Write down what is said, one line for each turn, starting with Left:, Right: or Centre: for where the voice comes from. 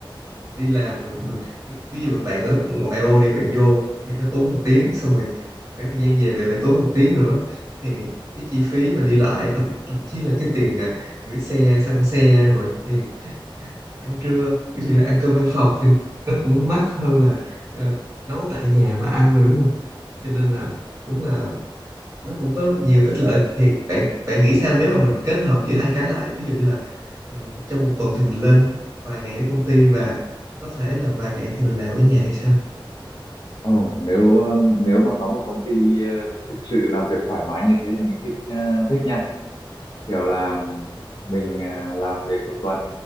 Right: đi làm mình mình cái, ví dụ bạn ở ngoại ô đi bạn vô thì nó tốn một tiếng xong rồi khoảng thời gian về bạn lại tốn một tiếng nữa thì cái chi phí mà đi lại thậm thậm chí là cái tiền ờ, gửi xe xăng xe rồi tiền ăn trưa ví dụ như ăn cơm văn phòng thì nó cũng mắc hơn là ờ, nấu tại nhà mà ăn rồi đúng không cho nên là đúng là nó cũng có nhiều ích lợi thiệt bạn bạn nghĩ sao nếu mà mình kết hợp giữa hai cái lại ví dụ như là ừm, trong một tuần thì mình lên vài ngày ở công ty và có thể là vài ngày thì mình làm ở nhà thì sao
Left: Ồ, nếu um, nếu mà có một công ty uh, thực sự làm việc thoải mái như thế là mình thích uh, thích nha. Kiểu là um, mình uh, làm việc một tuần